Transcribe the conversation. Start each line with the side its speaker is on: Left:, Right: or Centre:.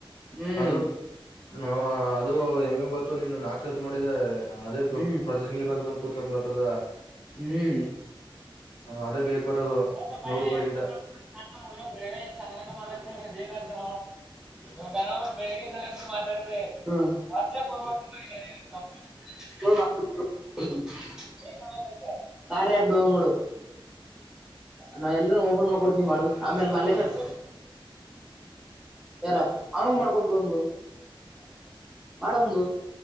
Centre: ಹ್ಮ್
Left: ಅದು ಹ ಅದು ಎಂಬ ಎಂಬತ್ತು ನೀನು ನಾಕ್ಸದು ಮಾಡಿದೆ ಅದೇ
Centre: ಹ್ಮ್
Left: ಇಲ್ಲಿ ಬಂದ ಬಂದು ಕೂತ್ಕೊ ಬರ್ತದ.
Centre: ಹ್ಮ್.
Left: ಅದೇ ಬೇಗ ಬರೋದು
Centre: ಹೆ ಬಾ
Left: ನೂರು
Centre: ಇಲ್ಲೇ
Left: ರೂಪಾಯಿಗಿಂತ
Centre: <unintelligible> ಏನ್ ಸಣ್ಣ ಗಂಡ ಮಾತಡತೀನಿ ಬೇಗ್ ಅಂದು ಅದೆ ಬೆಳಗ್ಗೆ ಸಾಯಂಕಾಲ ಮಾತಾಡೋದೆ ಹು ಒಟಲ್ ಕೊಡಬೇಕ <unintelligible> ಕಾರ್ಯ ಆಪ್ ಡೌವ ಮಾಡು ನಾವ ಎಲ್ಲರ ಓಬನ್ ಮಾಡ್ಕೊತ ಮಾಡು ಆಮೇಲೆ ಮಲ್ಲೇಶ್ವರ ಯಾರ <inaudible> ಆಮೇಲೆ ಮಾಡ್ಕೊಟ್ ಬಿಡುನ ಬಿಡು <inaudible> ಮಾಡನಬಿಡು.